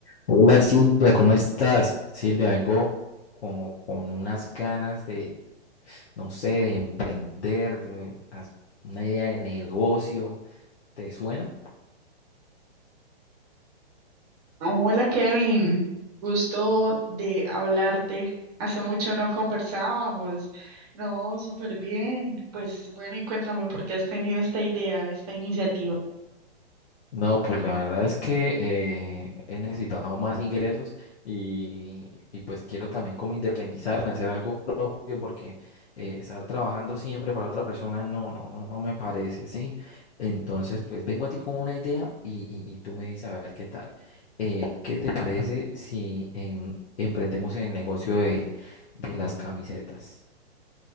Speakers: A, on the left (about 75°); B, on the right (about 35°).
A: Hola Silvia, ¿cómo estás? Silvia, vengo como con unas ganas de, no sé, de emprender, de haz- una idea de negocio. ¿Te suena?
B: Hola Kevin, gusto de hablarte. Hace mucho no conversábamos. No, súper bien. Pues bueno, y cuéntame por qué has tenido esta idea, esta iniciativa.
A: No, pues la verdad es que eh, he necesitado más ingresos y, y pues quiero también como independizarme, hacer algo propio, porque eh, estar trabajando siempre para otra persona no, no, no, no me parece, ¿sí? Entonces, pues vengo a ti con una idea y, y- y tú me dices a ver qué tal. Eh, ¿qué te parece si em, emprendemos en el negocio de, de las camisetas?